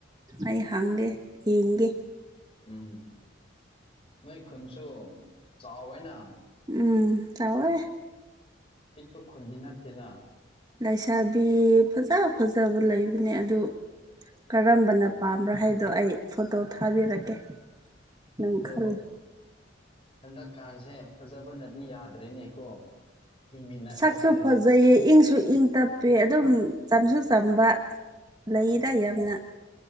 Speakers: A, on the right; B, on the left.
A: ꯑꯩ ꯍꯪꯒꯦ ꯌꯦꯡꯒꯦ
B: ꯎꯝ ꯅꯣꯏ ꯈꯨꯟꯁꯨ ꯆꯥꯎꯋꯦꯅ
A: ꯎꯝ ꯇꯋꯋꯦ
B: ꯄꯤꯛꯄ ꯈꯨꯟꯗꯤ ꯅꯠꯇꯦꯅ
A: ꯂꯩꯥꯏꯁꯥꯕꯤ ꯐꯖ ꯐꯖꯕ ꯂꯩꯕꯅꯦ ꯑꯗꯨ ꯀꯔꯝꯕꯅ
B: ꯎꯝ
A: ꯄꯥꯝꯕ꯭ꯔꯥ ꯍꯥꯏꯗꯣ ꯑꯩ ꯐꯣꯇꯣ ꯊꯥꯕꯤꯔꯛꯀꯦ ꯅꯪ
B: ꯑꯗꯣ
A: ꯈꯔ
B: ꯍꯟꯗꯛꯀꯥꯟꯁꯦ ꯐꯖꯕꯅꯗꯤ ꯌꯥꯗ꯭ꯔꯦꯅꯦꯀꯣ ꯍꯤꯡꯃꯤꯟꯅꯁꯦ
A: ꯁꯛꯁꯨ
B: ꯍꯥꯏꯔꯗꯤ
A: ꯐꯖꯩꯌꯦ ꯏꯪꯁꯨ ꯏꯪ ꯇꯞꯄꯦ ꯑꯗꯨꯝ ꯆꯝꯁꯨ ꯆꯝꯕ ꯂꯩꯗ ꯌꯥꯝꯅ